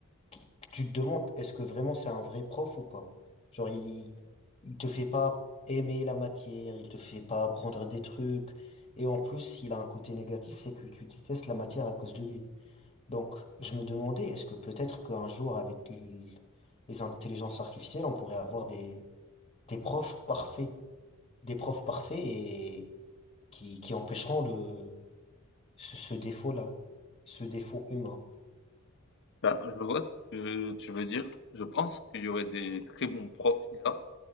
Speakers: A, on the left (about 30°); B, on the left (about 55°).
A: qui- tu te demandes, est-ce que vraiment c'est un vrai prof ou pas? Genre, il, il te fait pas aimer la matière, il te fait pas apprendre des trucs. Et en plus, il a un côté négatif, c'est que tu détestes la matière à cause de lui. Donc, je me demandais, est-ce que peut-être qu'un jour, avec l- les intelligences artificielles, on pourrait avoir des, des profs parfaits, des profs parfaits et qui, qui empêcheront le, ce, ce défaut-là, ce défaut humain.
B: Bah, je vois ce que tu veux dire. Je pense qu'il y aurait des très bons profs IA,